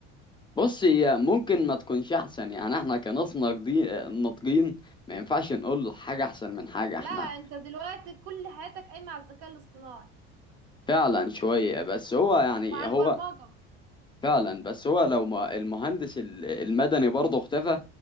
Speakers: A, on the left; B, on the right.
A: بص هي ممكن ما تكونش احسن يعني احنا كناس ناضجين ناضجين ما ينفعش نقول حاجة احسن من حاجة
B: لا
A: احنا
B: انت دلوقتي كل حياتك قايمه على الذكاء الاصطناعي
A: فعلا شوية بس هو يعني
B: وعلى
A: هو
B: البرمجه
A: فعلا بس هو لو ما المهندس ال- المدني برضه اختفى